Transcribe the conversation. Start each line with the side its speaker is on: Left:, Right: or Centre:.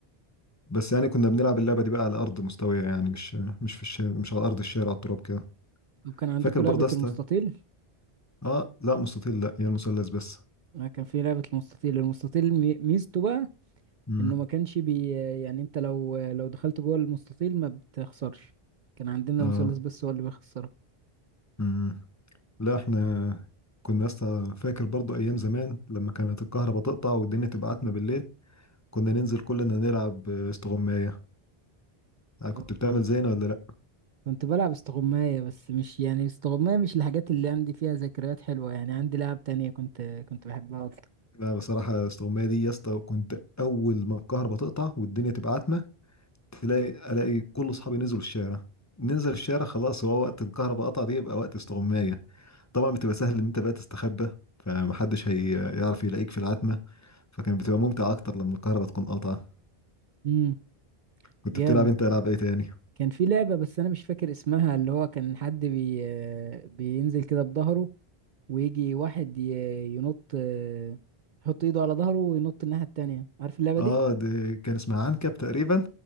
Left: بس يعني كنا بنلعب اللعبه دي بقى على ارض مستويه يعني مش مش في الشارع مش على ارض الشارع على التراب كده
Right: طب كان عندكم
Left: فاكر برضه
Right: لعبة
Left: يا اسطى
Right: المستطيل
Left: اه لا مستطيل لا هي المثلث بس
Right: أنا كان في لعبة المستطيل المستطيل مي- ميزته بقى
Left: امم
Right: إنه ما كانش بي يعني أنت لو لو دخلت جوه المستطيل ما بتخسرش كان عندنا
Left: اه
Right: المثلث بس هو اللي بيخسرك
Left: امم لا احنا كنا يا اسطى فاكر برضه ايام زمان لما كانت الكهرباء تقطع والدنيا تبقى عتمه بالليل كنا ننزل كلنا نلعب استغماية أنا كنت
Right: آه.
Left: بتعمل زينا ولا لأ؟
Right: كنت بلعب استغماية بس مش يعني استغماية مش الحاجات اللي عندي فيها ذكريات حلوة يعني عندي لعب تانية كنت كنت بحبها أكتر
Left: لا بصراحة استغماية دي يا اسطى كنت أول ما الكهرباء تقطع والدنيا تبقى عتمة تلاقي ألاقي كل أصحابي نزلوا الشارع ننزل الشارع خلاص هو وقت الكهرباء قطع دي يبقى وقت استغماية طبعا بتبقى سهل إن أنت بقى تستخبى فمحدش هيعرف يلاقيك في العتمة فكان بتبقى ممتع أكتر لما الكهرباء تكون قاطعة
Right: امم
Left: كنت
Right: جامد
Left: بتلعب أنت ألعاب إيه تاني؟
Right: كان في لعبة بس أنا مش فاكر اسمها اللي هو كان حد بي بينزل كده بظهره ويجي واحد ي- ينط آه، يحط ايده على ظهره وينط الناحية التانية عارف اللعبة
Left: آه
Right: دي؟
Left: دي كان اسمها عنكب تقريبا